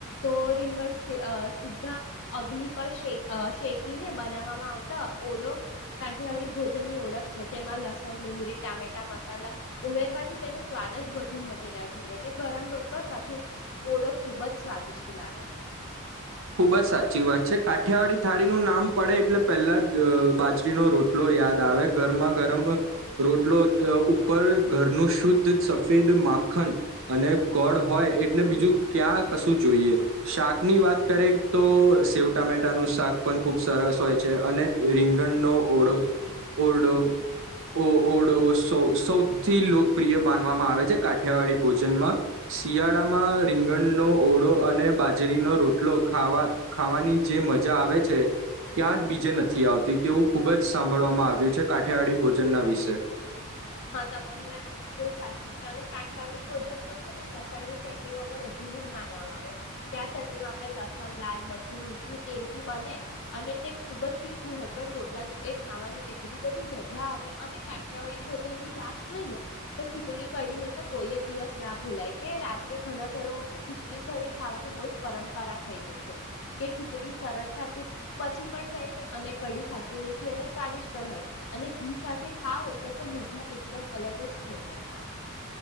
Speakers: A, on the left; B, on the right.
A: તો રીંગણ સીધા અગ્નિ પર શે શેકીને બનાવવામાં આવતા ઓડો કાંઠિયાવાળી ભોજન ની ઓળખ છે. તેમાં લસણ, ડુંગળી, ટામેટા, મસાલા ઉમેરવાથી તેનો સ્વાદ જ વધુ મજેદાર થઈ જાય, એટલે ગરમ રોટલો સાથે ઓડો ખુબજ સ્વાદિષ્ટ લાગે છે.
B: ખુબજ સાચી વાત છે. કાઠિયાવાડી થાળીનું નામ પડે એટલે પહેલા બાજરીનો રોટલો યાદ આવે, ગરમાં ગરમ રોટલો ઉપર ઘરનું શુદ્ધ સફેદ માખણ અને ગોળ હોય એટલે બીજું ક્યાં કશું જોઈએ, શાકની વાત કરે તો સેવ ટામેટાનું શાક પણ ખૂબ સરસ હોય છે અને રીંગણનો ઓડો ઓરડો ઓ ઓડો સ સૌથી લોકપ્રિય માનવામાં આવે છે કાઠિયાવાડી ભોજનમાં, શિયાળામાં રીંગણનો ઓળો અને બાજરીનો રોટ લો ખાવા ખાવાની જે મજા આવે છે ક્યાં જ બીજે નથી આવતી તેવું ખુબજ સાંભળવામાં આવ્યું છે, કાઠિયાવાડી ભોજનના વિશે.
A: હા, તમારી વાત બિલકુલ સાચી છે અને કાંઠિયાવાડી ભોજન તો છે ને લસણ ની ચટણી વગર અધુરુંજ માનવામાં આવે, કે્યા ચટણીમાં આપણે લસણ, લાલ મરચું, મીઠું, તેલ થી બને અને તે ખુબજ તીખું હોય, પણ રોટલાની એ ખાવાની એટલી બધી મજા આવે અને કાંઠિયાવાડી ભોજન જેમની વાત થાય ને તો ખીચડી કડીને તો કોઈ જ દિવસ ના ભૂલાય કે રાત્રે ઘણા ઘરોમાં તો ખીચડી કડી ખાવાનું બહુ જ પરંપરા થઈ ગઈ છે કે ખીચડી સરળતાથી પચી પણ જાય છે અને કડી ખાટી મીઠી અને સ્વાદિષ્ટ પણ હોય અને ઘી સાથે ખાવ એટલે તો મજા એકદમ અલગ જ થઈ જાય.